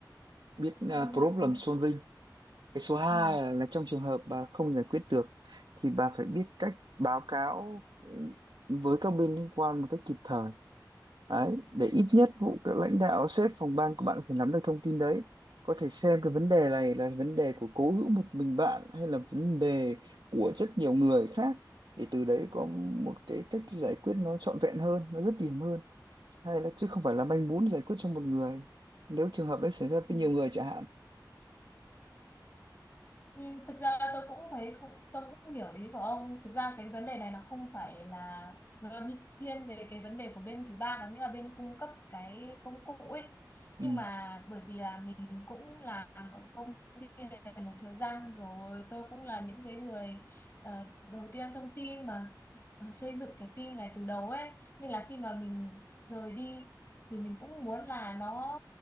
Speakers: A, on the right (about 80°); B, on the left (about 30°).
A: biết à,
B: linh
A: problem
B: động.
A: solving cái số hai
B: ừ.
A: là, là trong trường hợp bà không giải quyết được thì bà phải biết cách báo cáo ừ, với các bên liên quan một cách kịp thời Đấy, để ít nhất vụ các lãnh đạo sếp phòng ban của bạn có thể nắm được thông tin đấy. Có thể xem cái vấn đề này là vấn đề của cố hữu một mình bạn hay là vấn đề của rất nhiều người khác để từ đấy có một cái cách giải quyết nó trọn vẹn hơn, nó dứt điểm hơn. Hay là chứ không phải là manh mún giải quyết cho một người. Nếu trường hợp đấy xảy ra
B: Ừ.
A: với nhiều người chẳng hạn.
B: Ừ, thực ra tôi cũng thấy cũng tôi cũng hiểu ý của ông thực ra cái vấn đề này nó không phải là nó thiên về cái vấn đề của bên thứ ba có nghĩa là bên cung cấp cái công cụ ấy nhưng
A: Ừ,
B: mà bởi vì là mình cũng làm ở công ty này một thời gian rồi tôi cũng là những cái người ờ, đầu tiên trong team mà ờ, xây dựng cái team này từ đầu ấy nên là khi mà mình rời đi thì mình cũng muốn là nó